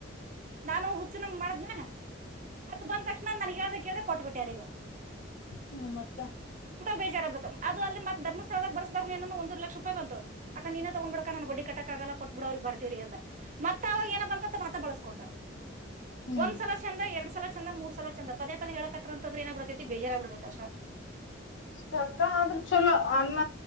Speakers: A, on the right; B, on the left.
A: ನಾನು ಚಿಕ್ಕ ಮಾಡದ್ನ ಅದು ಬಂದ ತಕ್ಷಣ ನನ್ಗೆ ಹೇಳ್ದ ಕೇಳ್ದ ಕೊಟ್ಬಿಟ್ಟ್ಯಾರಿಗ
B: ಹ್ಮ ಮತ್ತ
A: ಬೇಜಾರ ಬಿಡ ಅಲ್ಲಿತ್ತ ಧರ್ಸ್ಥಳದ ಬಸದಾಗನಂದ ಒಂದೂಂದು ಲಕ್ಷ ರೂಪಾಯಿ ಬಂತು ನೀ ತಗೊಂಡಂಬಳಕ ನನ್ ಬಡಿ ಕಕ್ ಆಗಲ್ಲ ಕೊ ಬಿಡೋರಗ್ ಬರ್ತವ್ರಿ ಅಂದ ಮತ್ತ ಅವ ಏನ ಬಂತ ಮತ್ತ ಬಳಸ್ಕೊಂಡ
B: ಹ್ಮ್
A: ಒಂದ್ಸಲ ಚಂದ ಎರಡ್ ಸಲ ಚಂದ ಮೂರ್ಲ ಚಂದ ಪದೇ ಪದೇ ಹೇಳಕತ್ರಂತಂದ್ರ ಏನಗ್ ಬಿಡತೈತಿ ಬೇಜಾರಗ್ ಬಿಡತೈತೆ ಅಷ್ಟ
B: ಇಷ್ಟ ಅಕ್ಕ ಆದ್ರೂ ಚಲೋ ಅನ್ನ